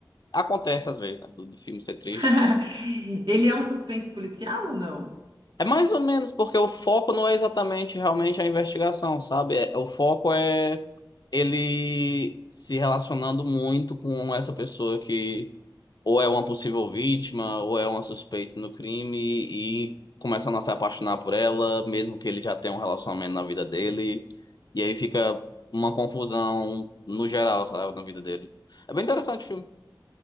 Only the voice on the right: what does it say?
<laughs> Ele é um suspense policial ou não?